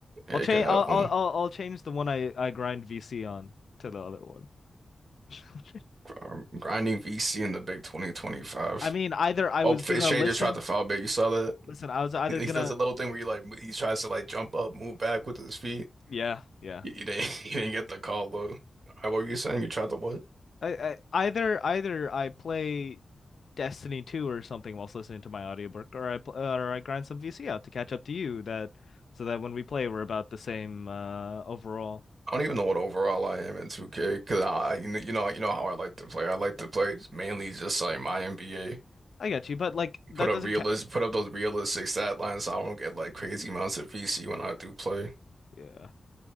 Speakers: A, on the right (about 50°); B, on the left (about 60°).
A: Yeah,
B: I'll
A: you
B: change.
A: could have
B: I'll
A: one.
B: I'll I'll I'll change the one I I grind VC on to the other one. <laughs>
A: Um, grinding VC in the big 2025.
B: I mean, either I
A: Oh,
B: was
A: Fa-
B: gonna
A: Shay
B: listen,
A: just tried to foul bait. You saw that? <laughs>
B: listen. I was either
A: He,
B: gonna
A: he does a little thing where you like he tries to like jump up, move back with his feet.
B: yeah yeah.
A: You, you didn't, <laughs> you didn't get the call though. Uh, What were you saying? You tried to what?
B: I, I either either I play Destiny 2 or something whilst listening to my audiobook, or I pl or I grind some VC out to catch up to you that so that when we play we're about the same uh overall.
A: I don't even know what overall I am in 2K because I you know you know you know how I like to play. I like to play mainly just like my NBA.
B: I get you, but like that
A: Put up
B: doesn't
A: realist
B: ca
A: put up those realistic stat lines so I don't get like crazy amounts of VC when I do play.
B: yeah